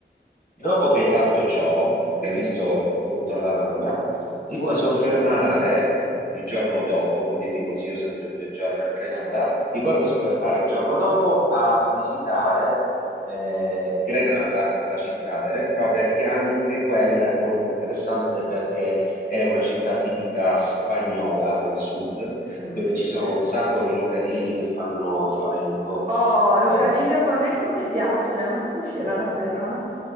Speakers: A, on the left; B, on the right.
A: Dopo che hai fatto ciò,
B: mm,
A: che hai visto appunto l'Alhambra, ti puoi soffermare il giorno dopo, quindi ti consiglio sempre due giorni in Grenada, ti puoi soffermare il giorno dopo a visitare eh, Grenada, la città vera e propria, che anche quella è molto interessante perché è una città tipica spagnola del sud,
B: mm.
A: dove ci sono un sacco di localini che fanno flamenco.
B: Oh, localino
A: Eh,
B: flamenco mi piace, ma si può uscire la sera?